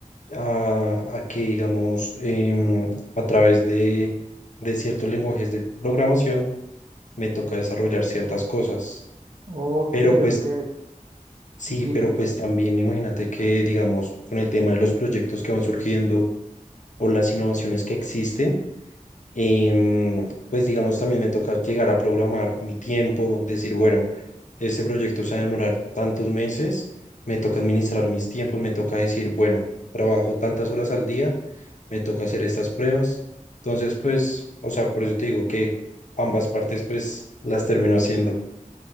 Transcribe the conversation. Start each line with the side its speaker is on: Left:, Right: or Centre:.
Left: a, a que, digamos, em, a través de, de ciertos lenguajes de programación me toca desarrollar ciertas cosas.
Right: Ok,
Left: Pero pues
Right: ok,
Left: sí,
Right: entiendo.
Left: pero pues también imagínate que, digamos, con el tema de los proyectos que van surgiendo o las innovaciones que existen, em, pues digamos, también me toca llegar a programar mi tiempo, decir, bueno, este proyecto se va a demorar tantos meses, me toca administrar mis tiempos, me toca decir, bueno, trabajo tantas horas al día, me toca hacer estas pruebas. Entonces, pues, o sea, por eso te digo que ambas partes, pues, las termino haciendo.